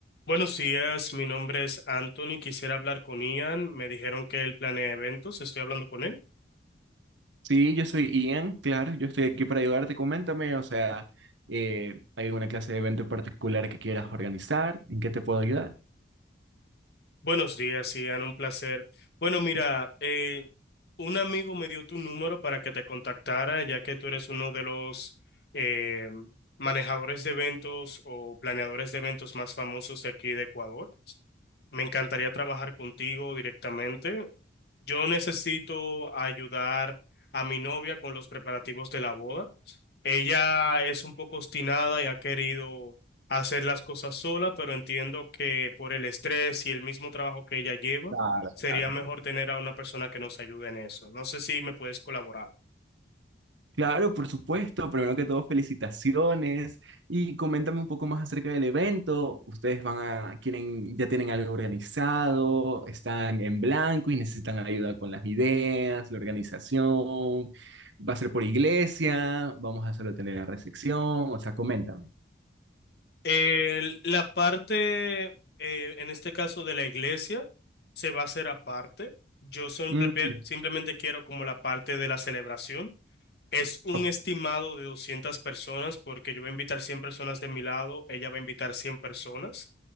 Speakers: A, on the left; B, on the right.
A: Buenos días, mi nombre es Anthony. Quisiera hablar con Ian. Me dijeron que él planea eventos. Estoy hablando con él.
B: Sí, yo soy Ian, claro, yo estoy aquí para ayudarte. Coméntame, o sea, eh, ¿hay alguna clase de evento en particular que quieras organizar? ¿En qué te puedo ayudar?
A: Buenos días, Ian. Un placer. Bueno, mira, eh, un amigo me dio tu número para que te contactara, ya que tú eres uno de los eh, manejadores de eventos o planeadores de eventos más famosos de aquí de Ecuador. Me encantaría trabajar contigo directamente. Yo necesito ayudar a mi novia con los preparativos de la boda. Ella es un poco obstinada y ha querido hacer las cosas sola, pero entiendo que por el estrés y el mismo trabajo que ella lleva,
B: Claro,
A: sería
B: claro.
A: mejor tener a una persona que nos ayude en eso. No sé si me puedes colaborar.
B: Claro, por supuesto. Primero que todo, felicitaciones y coméntame un poco más acerca del evento. ¿Ustedes van a, quieren, ya tienen algo organizado? ¿Están en blanco y necesitan ayuda con las ideas, la organización? ¿Va a ser por iglesia? ¿Vamos a solo tener la recepción? O sea, coméntame.
A: El- la parte, eh, en este caso de la iglesia, se va a hacer aparte. Yo simple-
B: Mm,
A: simplemente quiero como la parte de la celebración Es un
B: ok,
A: estimado de 200 personas porque yo voy a invitar cien personas de mi lado, ella va a invitar 100 personas.